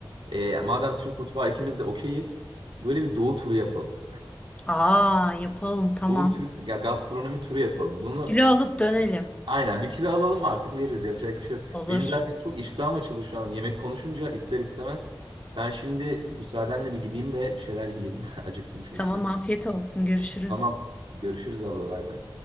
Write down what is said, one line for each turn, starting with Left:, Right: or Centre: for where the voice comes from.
Right: E, madem Türk mutfağı ikimiz de okeyiz. Böyle bir doğu turu yapalım.
Left: Aa, yapalım, tamam.
Right: Doğu Türk ya gastronomi turu yapalım. Bunu
Left: Kilo alıp dönelim.
Right: Aynen bir kilo alalım artık veririz yapacak bir şey yok.
Left: Olur.
Right: Benim zaten çok iştahım açıldı şu an yemek konuşunca ister istemez. Ben şimdi müsaadenle bir gideyim de bir şeyler yiyeyim. <laughs> Acıktım çünkü.
Left: Tamam afiyet olsun görüşürüz.
Right: Tamam görüşürüz abla bay bay.